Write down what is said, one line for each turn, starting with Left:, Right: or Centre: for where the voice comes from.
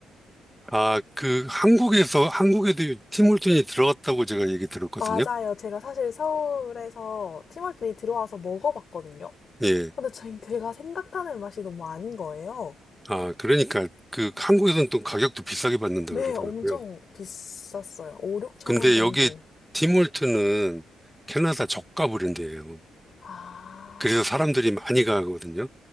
Centre: 아, 그 한국에서 한국에도 티몰튼이 들어갔다고 제가 얘기 들었거든요.
Left: 맞아요. 제가 사실 서울에서 팀월드에 들어와서 먹어봤거든요.
Centre: 예.
Left: 근데 제- 제가 생각하는 맛이 너무 아닌 거예요.
Centre: 아, 그러니까 그 한국에서는 또 가격도 비싸게 받는다
Left: 네,
Centre: 그러더라고요.
Left: 엄청 비쌌어요. 5, 6천
Centre: 근데
Left: 원 정도.
Centre: 여기 팀월트는 캐나다 저가 브랜드예요.
Left: 아,
Centre: 그래서 사람들이 많이 가거든요.